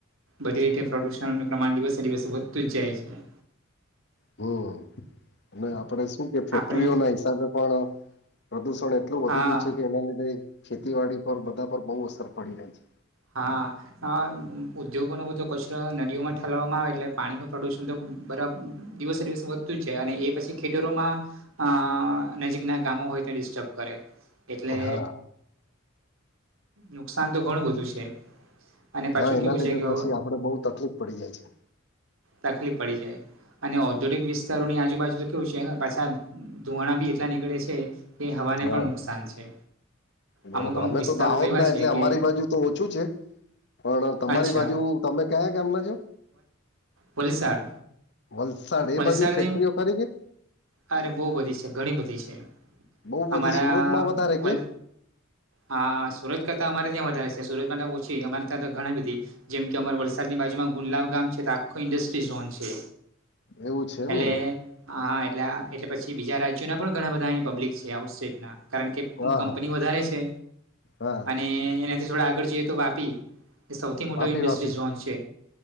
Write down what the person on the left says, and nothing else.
હમ અને આપડે શું કે ફેક્ટરીઓ
ના હિસાબે પણ પ્રદુષણ એટલું વધી
ગયું છે કે એના લીધે ખેતીવાડી પર બધા પર બહુ અસર પડી રહી છે.
છે હા
હા એના
લીધે
પછી આપડે બહુ તકલીફ પડી જાય
છે
હા
બરોબર
અમે
તો દાહોદ
જ ના
એટલે અમારી
બાજુ તો ઓછું છે. પણ તમારી
બાજુ તમે કયા કેમ ના છો?
વલસાડ એ
બાજુ ફેક્ટરીઓ ખરી કે?
બહુ બધી
સુરતમાં વધારે
કે
એવું છે એમ
ને
હા
હા
હા
વાપી
વાપી